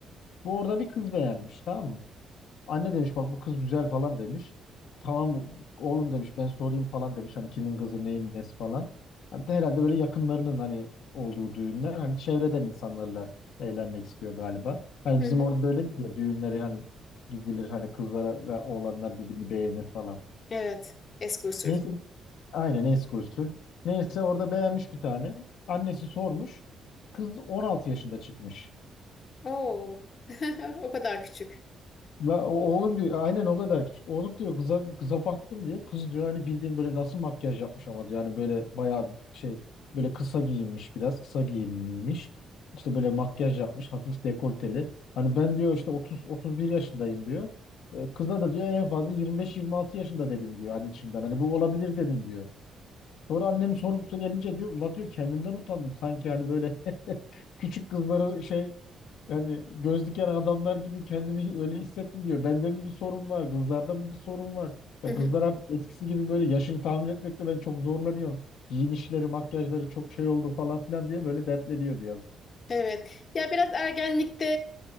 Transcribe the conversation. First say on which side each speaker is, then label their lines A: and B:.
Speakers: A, on the left; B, on the left.
A: Bu orada bir kız beğenmiş tamam mı? Anne demiş bak bu kız güzel falan demiş. Tamam oğlum demiş ben sorayım falan demiş. Hani kimin kızı neyin nesi falan. Hani de herhalde böyle yakınlarının hani olduğu düğünler. Hani çevreden insanlarla eğlenmek istiyor galiba. Hani
B: Hı
A: bizim
B: hı.
A: orada da öyledir ya düğünlere hani gidilir hani kızlara ve oğlanlar birbirini beğenir falan.
B: Evet. Eski usul.
A: Neyse aynen eski usul. Neyse orada beğenmiş bir tane. Annesi sormuş. Kız 16 yaşında çıkmış.
B: Oo. <laughs> O kadar küçük.
A: La, o- oğlum diyor aynen o kadar küçük. Oğlum diyor kıza kıza baktım diyor. Kız diyor hani bildiğin böyle nasıl makyaj yapmış ama diyor. Yani böyle bayağı şey böyle kısa giyinmiş biraz kısa giyinmiş. İşte böyle makyaj yapmış hafif dekolteli. Hani ben diyor işte 30 31 yaşındayım diyor. E, Kıza da diyor en fazla 25-26 yaşında dedim diyor hani içimden. Hani bu olabilir dedim diyor. Sonra annem sorumlusu gelince diyor ula diyor kendimden utandım. Sanki hani böyle <laughs> küçük kızları şey yani göz diken adamlar gibi kendimi <laughs> öyle hissettim diyor. Bende mi bir sorun var? Kızlarda mı bir sorun var? Ya
B: <laughs>
A: kızlar artık eskisi gibi böyle yaşını tahmin etmekte ben çok zorlanıyorum. Giyinişleri, makyajları çok şey oldu falan filan diye böyle dertleniyordu yazık.
B: Evet. Ya biraz ergenlikte